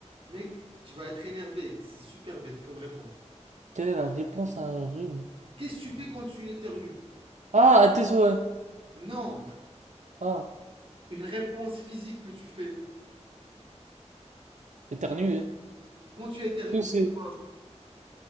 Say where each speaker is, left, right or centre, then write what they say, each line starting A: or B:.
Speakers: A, on the right (about 50°); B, on the right (about 85°).
A: Mec, tu vas être énervé. C'est super bête comme réponse.
B: Quelle est la réponse à un rhume?
A: Qu'est-ce que tu fais quand tu éternues
B: Ah, à tes souhaits.
A: Non.
B: Ah,
A: Une réponse physique que tu fais.
B: éternuer,
A: Quand tu éternues,
B: tousser,
A: tu fais quoi